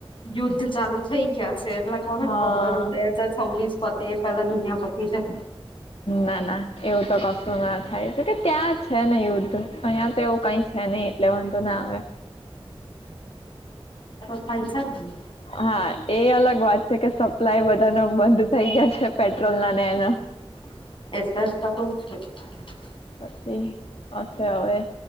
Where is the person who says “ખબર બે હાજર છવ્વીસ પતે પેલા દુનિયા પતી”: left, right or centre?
Left